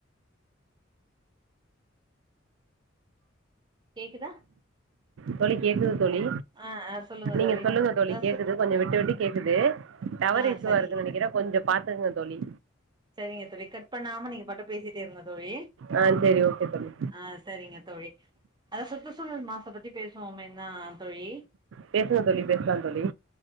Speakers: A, on the right; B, on the right.
A: கேக்குதா
B: தோழி கேக்குது தோழி
A: ஹலோ ஆ ஆ சொல்லுங்க
B: நீங்க
A: தோழி
B: சொல்லுங்க தோழி
A: அதா
B: கேக்குது
A: சுற்
B: கொஞ்ச விட்டு விட்டு கேக்குது டவர்
A: ஆ
B: இஷ்யுவா
A: சரி
B: இருக்குன்னு நெனைக்கிற கொஞ்சோ பாத்துக்கோங்க தோழி
A: சரிங்க தோழி கட் பண்ணாம நீங்க பாட்டு பேசிட்டே இருங்க தோழி
B: ஆ சேரி ஓகே தோழி
A: அ சரிங்க தோழி அத சுற்றுச்சூழல் மாச பத்தி பேசுவோ மேன்தா தோழி
B: பேசுங்க தோழி பேச்லா தோழி